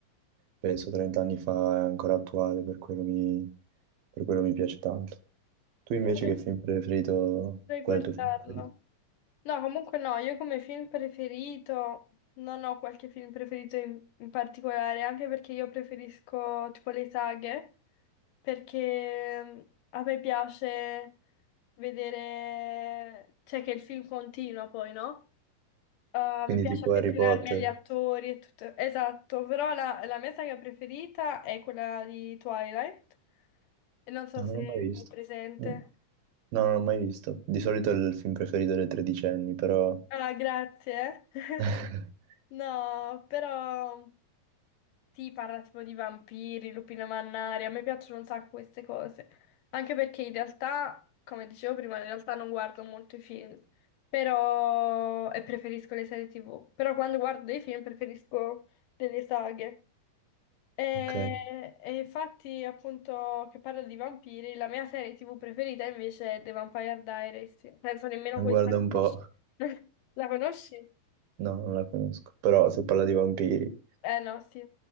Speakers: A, on the right; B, on the left.
A: penso, 30 anni fa, è ancora attuale, per quello mi, per quello mi piace tanto. Tu invece
B: dovrei
A: che film preferito,
B: dovrei
A: qual
B: guardarlo.
A: è il tuo film preferito?
B: No, comunque no, io come film preferito non ho qualche film preferito in, in particolare, anche perché io preferisco tipo le saghe, perché mm, a me piace vedere, cioè che il film continua poi, no? Uh,
A: Quindi
B: mi piace
A: tipo
B: affezionarmi
A: Harry Potter?
B: agli attori e tutto. Esatto, però la, la mia saga preferita è quella di Twilight, e non so
A: No,
B: se
A: non l'ho mai visto.
B: è presente.
A: Mm. No, non l'ho mai visto. Di solito è il film preferito delle tredicenni, però...
B: Ah, grazie. <laughs>
A: <laughs>
B: No, però... Sì, parla tipo di vampiri, lupine mannari, a me piacciono un sacco queste cose. Anche perché in realtà, come dicevo prima, in realtà non guardo molto i film, però... e preferisco le serie TV. Però quando guardo dei film preferisco delle saghe. E,
A: Ok,
B: e infatti, appunto, che parla di vampiri, la mia serie TV preferita invece è The Vampire Diaries. Penso nemmeno questa
A: guarda
B: la
A: un po'.
B: conosci. <laughs> La conosci?
A: No, non la conosco. Però se parla di vampiri...
B: Eh no, sì.